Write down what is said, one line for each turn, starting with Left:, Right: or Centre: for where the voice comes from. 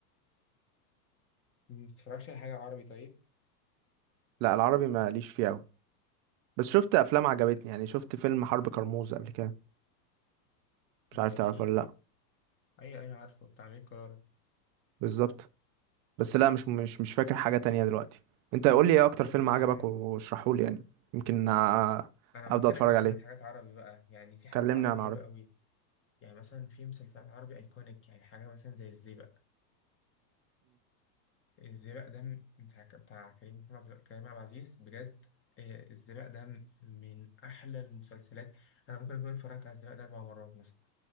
Left: ما بتتفرجش على حاجه عربي طيب
Right: لا العربي ماليش فيه قوي بس شفت افلام عجبتني
Left: لا
Right: يعني شفت فيلم حرب كرموز قبل كده مش
Left: ماشي
Right: عارف تعرفه ولا لا
Left: اي اي عارفه بتاع امير كرارة
Right: بالظبط بس لا مش مش مش فاكر حاجه تانية دلوقتي انت قول لي ايه اكتر فيلم
Left: ايه
Right: عجبك
Left: يا عم
Right: واشرحه لي يعني يمكن آه،
Left: انا
Right: ابدا
Left: ممكن
Right: اتفرج
Left: اكلمك
Right: عليه
Left: عن حاجات عربي بقى يعني في حاجات
Right: كلمني
Left: عربي
Right: عن
Left: حلوه
Right: عربي
Left: قوي يعني مثلا في مسلسلات عربي ايكونيك يعني حاجه مثلا زي الزيبق الزيبق ده م- بتاع بتاع كريم محمود عبد- كريم عبد العزيز بجد آه، الزيبق ده م- من احلى المسلسلات انا ممكن اكون اتفرجت على الزيبق ده اربع مرات مثلا